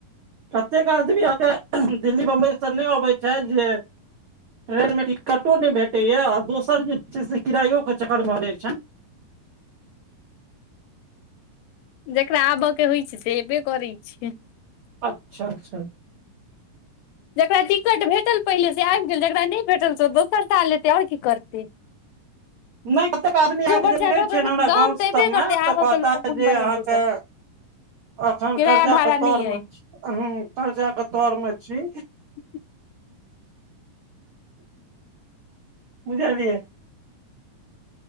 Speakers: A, on the right; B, on the left.
A: कतेक आदमी अहांके दिल्ली, बंबई सऽ नहि अबै छैथ जे ट्रेन मे टिकटो ने भेटै या, आ दोसर जे छे से किरायो के चक्कर भ जाइ छैन।
B: जेकरा आबऽ के होइ छय से ऐबे करै छय।
A: अच्छा -अच्छा
B: जकरा टिकट भेटल पहिले से आइब गेल, जकरा नहि भेटल से दोसर साल ऐते ओर की करतें।
A: <inaudible> नहि कतेक आदमी अहाँ के
B: बर्जा
A: बुझै
B: लऽ
A: छय ने,
B: तऽ
A: हमरा
B: गाम
A: गाँव
B: तऽ एबे
A: सब
B: करतै
A: मे
B: आबऽ
A: तऽ कहता
B: के लोक मोन
A: जे
B: बनेतै
A: अहाँ के
B: तऽ
A: अखन
B: किराया
A: कर्जा
B: भाड़ा
A: के तौर
B: नहि
A: मे
B: अइ
A: छी, हूं कर्जा के तौर में छी।
B: <unintelligible>
A: बुझलियै।